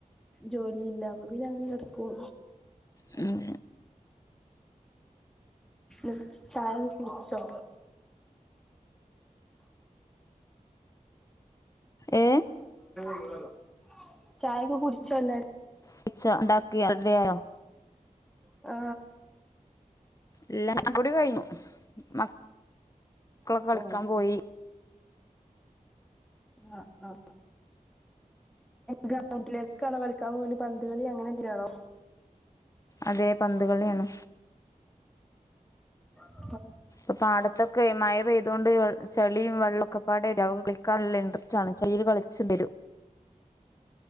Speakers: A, in the centre; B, on the left (about 25°).
A: ജോലിയില്ല അപ്പ പിന്നെ അങ്ങനെ കിടക്കും
B: ഹും
A: എന്നിട്ട് ചായക്കെ കുടിച്ചോ-
B: ഏ
A: <unintelligible> ചായൊക്കെ കുടിച്ചോല്ലാര്-
B: പച്ച ഉണ്ടാക്കി റഡിയോ-
A: ആ
B: ഇല്ല ചായകൂടി കഴിഞ്ഞു മക്- മക്കളൊക്കെ കളിക്കാൻ
A: ഓ
B: പോയി
A: ആ ആ ഗ്രൗണ്ടിലേക്കാണോ കളിക്കാൻ പോല പന്ത് കളി അങ്ങനെ എന്തിനാണോ
B: അതെ പന്ത് കളിയാണ്
A: അ <unintelligible>
B: അ പാടത്തൊക്കെ മഴ പെയ്തുകൊണ്ട് ചെ- ളിയും വെള്ളൊക്കെ പാട കളിക്കൻ നല്ല ഇൻട്രസ് ആണ്ൽചെളീ കളി- ചെവരൂ-